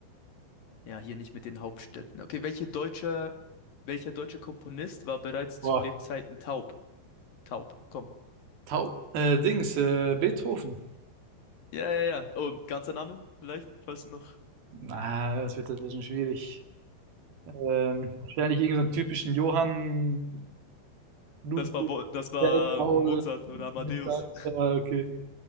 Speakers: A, on the left (about 55°); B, on the right (about 60°).
A: ja, hier nicht mit den Hauptstädten. Okay, welche deutsche, welcher deutsche Komponist war bereits
B: Boah.
A: zu Lebzeiten taub? Taub, komm.
B: Taub. Äh, Dings, äh, Beethoven.
A: Ja, ja, ja. Oh, ganzer Name vielleicht, Weißt du noch.
B: Na, das wird ein bisschen schwierig. Ähm, wahrscheinlich irgendeinen so typischen Johann Ludwig
A: Das war, Wo- das war
B: Feld, Paul.
A: Mozart oder Amadeus.
B: Mittag.
A: <laughs>
B: Ah, okay.